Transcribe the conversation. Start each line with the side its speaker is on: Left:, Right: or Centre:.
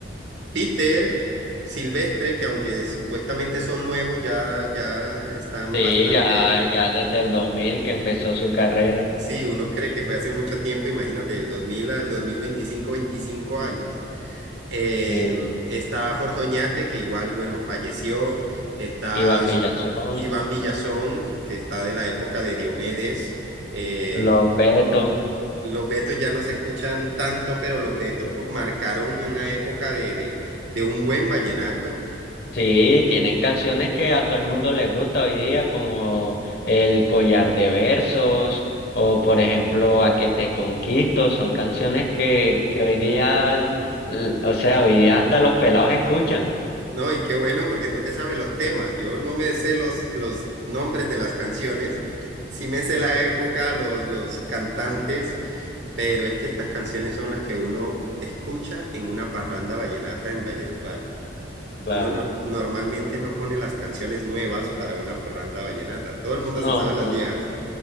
Right: Títer, Silvestre, que aunque supuestamente son nuevos, ya, ya están
Left: Sí,
Right: bastante,
Left: ya, ya desde el 2000 que empezó su carrera.
Right: sí, uno cree que fue hace mucho tiempo, imagínate, del 2000 al dos mil veinticinco 25 años. Eh,
Left: Sí,
Right: está Jorge Oñate, que igual, bueno, falleció. Está
Left: Iván Villazón,
Right: Iván Villazón, que está de la época de Diomedes. Eh,
Left: Los Betos.
Right: los Betos ya no se escuchan tanto, pero los Betos fu- marcaron una época de, de, de un buen vallenato.
Left: Sí, tienen canciones que a todo el mundo les gusta hoy día, como El Collar de Versos o, por ejemplo, A que te conquisto. Son canciones que, que hoy día, l- o sea, hoy día hasta los pelados escuchan.
Right: No, y qué bueno porque tú te sabes los temas. Yo no me sé los, los nombres de las canciones, sí me sé la época, los, los cantantes, pero es que estas canciones son las que uno escucha en una parranda vallenata en Valledupar.
Left: Claro.
Right: Uno nor- normalmente no pone las canciones nuevas para una parranda vallenata. Todo el mundo
Left: No,
Right: se sabe las
Left: no.
Right: viejas.